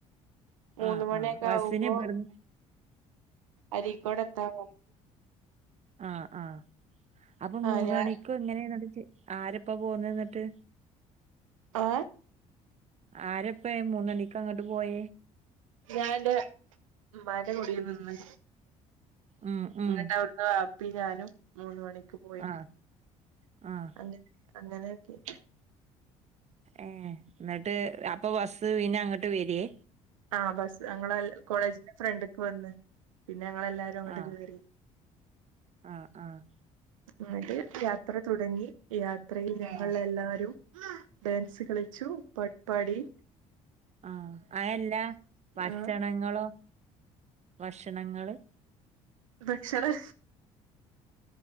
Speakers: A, on the right; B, on the right.
A: മൂന്ന്
B: ആ
A: മണിയൊക്കെ
B: ആ ബസ്സിന്
A: ആകുമ്പോ
B: ഇവിടുന്ന്
A: അരിക്കോട് എത്താറായി
B: ആ ആ അപ്പൊ മൂന്ന്
A: ആഹ് ഞാൻ
B: മണിക്കു എങ്ങനെയാണവിടെ ചെ- ആരിപ്പോൾ പോന്നന്നിട്ട്-
A: ഏ
B: ആരപ്പ മൂന്നണക്ക് അങ്ങോട്ട് പോയ
A: ഞാ എൻറെ ഉമ്മാന്റെ കൂടിയാ നിന്ന്
B: ഉം ഉം
A: എന്നിട്ട് അവിടുന്ന് വപ്പി ഞാനും മൂന്ന് മണിക്ക് പോയി
B: ആഹ് ആഹ്
A: അങ്ങ- അങ്ങനെയൊക്കെ-
B: ഏ എന്നിട്ട് അപ്പൊ ബസ് പിന്ന അങ്ങോട്ട് വരിയേ
A: ആഹ് ബസ് ഞങ്ങള കോളേജിന്റെ ഫ്രണ്ട്ക്ക് വന്ന് പിന്നെ ഞങ്ങെല്ലാരും അങ്ങോട്ട്
B: ആഹ്
A: കേറി
B: ആഹ് ആഹ്
A: എന്നിട്ട് യാത്ര തുടങ്ങി യാ- യാത്രയിൽ ഞങ്ങൾ
B: ആഹ്
A: എല്ലാരും- ഉമ്മാ ഡാൻസ് കളിച്ചു പാട്ടുപാടി
B: ആ അതല്ല ഭക്ഷണങ്ങളോ?
A: ആ
B: ഭക്ഷണങ്ങള്-
A: ഭക്ഷണ-